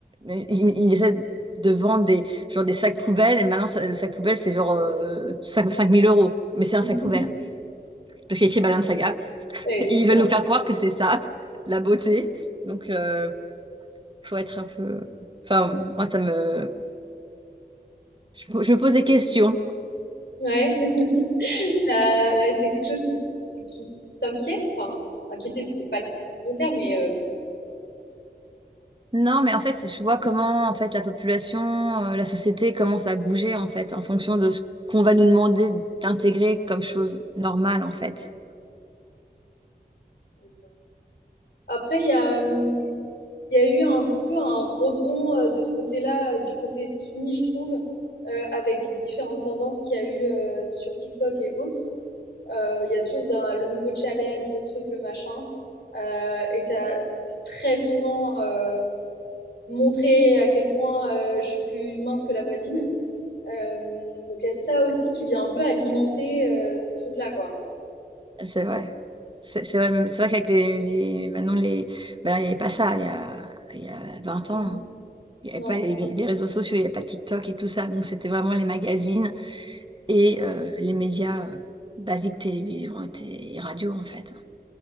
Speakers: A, on the right (about 30°); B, on the left (about 80°).
A: Ils, ils essaient de vendre des, genre des sacs poubelles, et maintenant, ça- le sac poubelle, c'est genre euh, 5 5000 euros. Mais c'est un
B: Mm-hmm.
A: sac poubelle, parce qu'il y a écrit Balenciaga.
B: Et
A: Et
B: bien
A: ils
B: sûr,
A: veulent nous faire croire que c'est ça, <laughs> la beauté. Donc, euh, faut être un peu... Enfin, moi, ça me... Je, me je me pose des questions.
B: ouais, <laughs> ça, c'est quelque chose qui, qui t'inquiète. Enfin, inquiéter, c'est peut-être pas le bon terme, mais euh,
A: Non, mais en fait, je vois comment en fait la population, euh, la société commence à bouger en fait en fonction de ce qu'on va nous demander d'intégrer comme chose normale en fait.
B: ouais, Après, il y a, hum, il y a eu un peu un rebond euh, de ce côté-là, euh, du côté skinny, je trouve, euh, avec les différentes tendances qu'il y a eu euh, sur TikTok et autres. Euh, il y a toujours d'un- le nouveau challenge, le truc, le machin. Euh, et ça, c'est très souvent euh, montré à quel point euh, je suis plus mince que la voisine. Euh, donc il y a ça aussi qui vient un peu alimenter euh, ce truc-là, quoi.
A: C'est vrai. C'est c'est vrai, même- c'est vrai qu'avec les, les- maintenant les ben, il n'y avait pas ça il y a, il y a 20 ans.
B: Mhm.
A: Il n'y avait
B: Non,
A: pas les, les réseaux sociaux, il n'y avait pas TikTok et tout ça. Donc c'était vraiment les magazines et euh, les médias euh, basiques télévision et, té- et radio en fait.